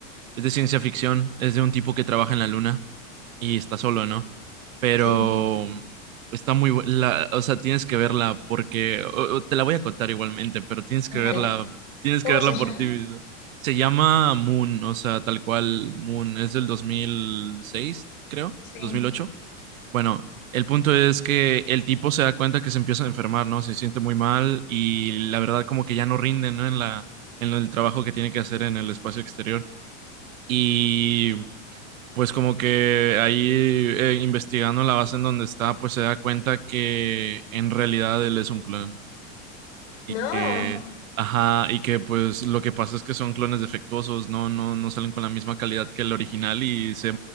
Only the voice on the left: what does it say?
Sí,
dale.
¿Cómo
se llama?
Sí.
No,